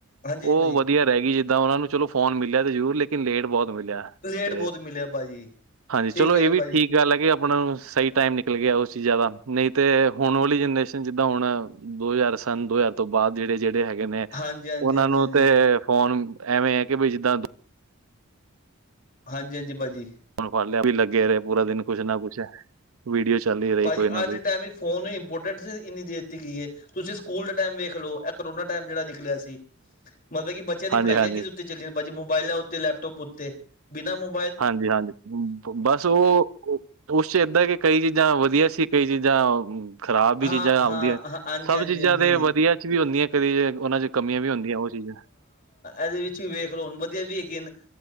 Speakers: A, on the left; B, on the right.
A: ਹਾਂਜੀ ਹਾਂਜੀ
B: ਉਹ
A: ਭਾਜੀ
B: ਵਧੀਆ ਰਹਿ ਗਈ ਜਿੱਦਾਂ ਉਹਨਾ ਨੂੰ ਚਲੋ ਫੋਨ ਮਿਲਿਆ ਤੇ ਜ਼ਰੂਰ, ਲੇਕਿਨ ਲੇਟ ਬਹੁਤ ਮਿਲਿਆ।
A: ਲੇਟ
B: ਤੇ
A: ਬਹੁਤ ਮਿਲਿਆ ਭਾਜੀ
B: ਹਾਂਜੀ
A: ਠੀਕ
B: ਚਲੋ
A: ਕਹਿ
B: ਇਹ
A: ਰੇ
B: ਵੀ
A: ਭਾਜੀ।
B: ਠੀਕ ਗੱਲ ਹੈ ਕਿ ਆਪਣਾ ਨੂੰ ਸਹੀ ਟਾਈਮ ਨਿਕਲ ਗਿਆ ਉਸ ਚ ਜਿਹਦਾ ਨਹੀਂ ਤੇ ਹੁਣ ਵਾਲੀ ਜਨਰੇਸ਼ਨ ਜਿੱਦਾਂ ਹੁਣ ਦੋ ਹਜ਼ਾਰ ਸਨ ਦੋ ਹਜ਼ਾਰ ਤੋਂ ਬਾਦ ਜਿਹੜੇ ਹੈਗੇ ਨੇ
A: ਹਾਂਜੀ ਹਾਂਜੀ
B: ਉਹਨਾਂ
A: ਹਾਂਜੀ
B: ਨੂੰ
A: ਹਾਂਜੀ
B: ਤੇ ਫੋਨ ਐਵੇਂ ਹੈ ਕਿ ਬਈ ਜਿੱਦਾਂ
A: ਹਾਂਜੀ-ਹਾਂਜੀ, ਭਾਜੀ
B: ਉਹਨੂੰ ਫੜ ਲਿਆ ਬਈ ਲੱਗੇ ਰਹੇ ਪੂਰਾ ਦਿਨ ਕੁਛ ਨਾ ਕੁਛ ਵੀਡੀਓ ਚੱਲ ਹੀ ਰਹੀ।
A: ਭਾਜੀ
B: ਕੋਈ ਨਾ
A: ਅੱਜ
B: ਕੋਈ
A: ਦੇ ਟੈਮ ਵਿੱਚ ਫੋਨ ਨੂੰ ਇੰਪੋਰਟੈਂਸ ਇੰਨੀ ਦੇਤੀ ਗਈ ਏ ਤੂਸੀ ਸੂਕੂਲ ਦੇ ਟੈਮ ਵੇਖ ਲੋ, ਏ ਕਰੋਨਾ ਟੈਮ ਜੇੜਾ ਨਿਕਲੇਆ ਸੀ ਮਤਲਬ ਕਿ ਬਚ ਬੱਚਿਆ ਦੀ
B: ਹਾਂਜੀ
A: ਪਢਾਈਆਂ
B: ਹਾਂਜੀ
A: ਕਿਦੇ ਉੱਤੇ ਚੱਲੀਆਂ ਨੇ ਭਾਜੀ ਮੋਬਾਇਲਾਂ ਉੱਤੇ, ਲੈਪਟੋਪ ਉੱਤੇ ਬਿਨਾਂ ਮੋ
B: ਹਾਂਜੀ-ਹਾਂਜੀ, ਬਸ ਓ ਉਸ ਚ ਏਦਾਂ ਕਿ ਕਈ ਚੀਜਾਂ ਵਧੀਆ ਸੀ, ਕਈ ਚੀਜਾਂ ਖ਼ਰਾਬ ਵੀ
A: ਹਾਂ
B: ਚੀਜਾਂ ਆਉਂਦੀਆਂ,
A: ਹਾਂ ਹਾਂ ਹਾਂਜੀ
B: ਸਬ
A: ਹਾਂਜੀ
B: ਚੀਜਾਂ
A: ਹਾਂਜੀ
B: ਤੇ
A: ਹਾਂਜੀ
B: ਵਦੀਆ ਚ ਵੀ ਹੁੰਦੀਆਂ। ਕਦੀ ਜੇ ਓਨਾਂ ਚ ਕਮੀਆਂ ਵੀ ਹੁੰਦੀਆਂ ਓ ਚੀਜ।
A: ਏਦੇ ਵਿੱਚ ਵੀ ਵੇਖ ਲਓ ਹੁਣ ਵਦੀਆ ਵੀ ਹੈਗੀਆਂ ਨ,